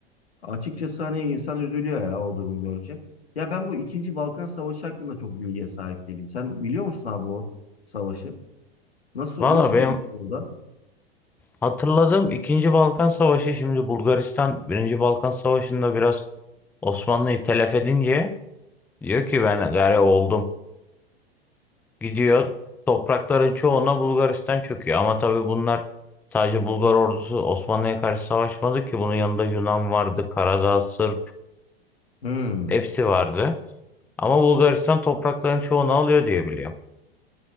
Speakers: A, on the left (about 85°); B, in the centre.
A: Açıkçası hani insan üzülüyor ya o durum görünce. Ya ben bu ikinci Balkan Savaşı hakkında çok bilgiye sahip değilim. Sen biliyor musun abi o savaşı? Nasıl
B: Valla
A: nasıl
B: benim
A: olmuş orada?
B: hatırladığım ikinci Balkan Savaşı şimdi Bulgaristan Birinci Balkan Savaşı'nda biraz Osmanlı'yı telef edince Diyor ki ben gari oldum. Gidiyor toprakların çoğuna Bulgaristan çöküyor. Ama tabii bunlar sadece Bulgar ordusu Osmanlı'ya karşı savaşmadı ki. Bunun yanında Yunan vardı, Karadağ, Sırp
A: Hmm.
B: hepsi vardı. Ama Bulgaristan toprakların çoğunu alıyor diye biliyorum.